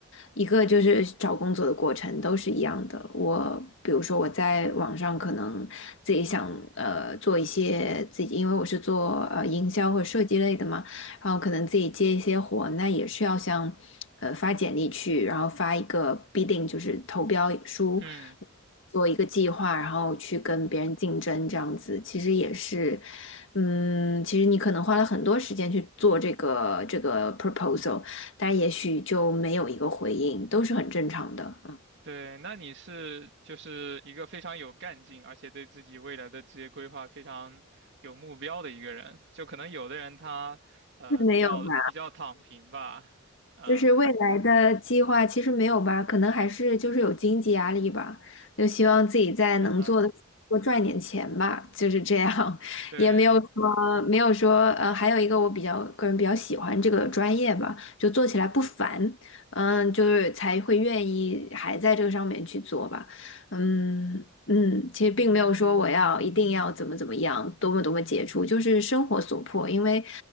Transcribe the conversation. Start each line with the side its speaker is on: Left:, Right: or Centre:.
Left: 一个就是找工作的过程，都是一样的。我比如说我在网上可能自己想呃做一些自己，因为我是做呃营销或设计类的嘛，然后可能自己接一些活，那也是要像呃发简历去，然后发一个 bidding 就是投标书。
Right: 嗯。
Left: 做一个计划，然后去跟别人竞争，这样子其实也是，嗯，其实你可能花了很多时间去做这个这个 proposal，但也许就没有一个回应，都是很正常的，嗯，
Right: 对，那你是就是一个非常有干劲，而且对自己未来的职业规划非常有目标的一个人。就可能有的人他呃比较比较躺平吧，
Left: <laughs> 没有吧？
Right: 嗯，
Left: 就是未来的计划其实没有吧，可能还是就是有经济压力吧，就希望自己在能做的多赚点钱吧，
Right: <laughs>
Left: 就是这样，<laughs>
Right: 对
Left: 也没有说没有说呃，还有一个我比较个人比较喜欢这个专业吧，就做起来不烦，嗯，就是才会愿意还在这个上面去做吧。嗯嗯，其实并没有说我要一定要怎么怎么样，多么多么杰出，就是生活所迫。因为